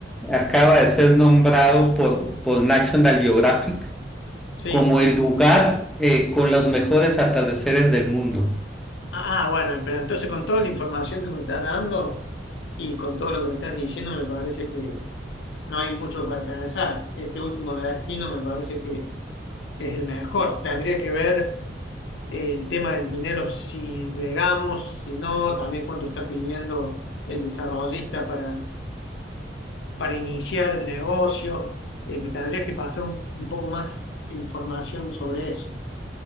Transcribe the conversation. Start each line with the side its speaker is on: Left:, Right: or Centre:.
Centre: acaba de ser nombrado por, por National Geographic
Left: Sí.
Centre: como el lugar eh, con los mejores atardeceres del mundo.
Left: Ah, ah, bueno, pero entonces con toda la información que me estás dando y con todo lo que me estás diciendo, me parece que no hay mucho para pensar. Este último destino me parece que es el mejor. Tendría que ver el tema del dinero, si llegamos, si no, también cuánto está pidiendo el desarrollista para, para iniciar el negocio. Eh, me tendría que pasar un, un poco más información sobre eso.